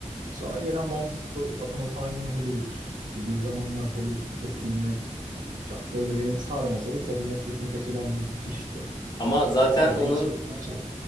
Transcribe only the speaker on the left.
Ama zaten
onun